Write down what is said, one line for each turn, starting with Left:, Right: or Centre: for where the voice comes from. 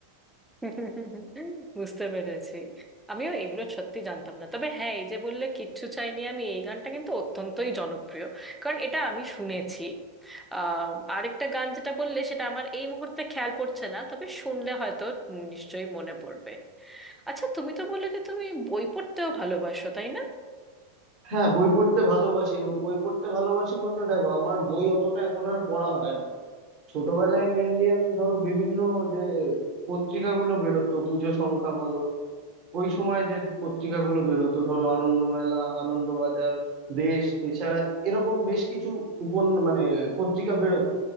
Centre: <laughs> বুঝতে পেরেছি আমিও এগুলো সত্যি জানতাম না তবে হ্যাঁ এই যে বললে কিচ্ছু চাইনি আমি এই গানটা কিন্তু অত্যন্তই জনপ্রিয় কারণ এটা আমি শুনেছি আহ আরেকটা গান যেটা বললে সেটা আমার এই মুহূর্তে খেয়াল পড়ছে না তবে শুনলে হয়তো নিশ্চয়ই মনে পড়বে আচ্ছা তুমি তো বললে যে তুমি বই পড়তেও ভালোবাসো তাই না
Right: হ্যাঁ বই পড়তে ভালোবাসি এবং বই পড়তে ভালোবাসি বলতে দেখো আমার বই অতটা এখন আর পড়া হয় না ছোটবেলায় মেনলি আমি ধরো বিভিন্ন যে পত্রিকাগুলো বেরোতো পুজো সংখ্যা বলো ওই সময় যে পত্রিকাগুলো বেরোতো ধরো আনন্দমেলা আনন্দবাজার দেশ এছাড়া এরকম বেশ কিছু উপন মানে পত্রিকা বেরোতো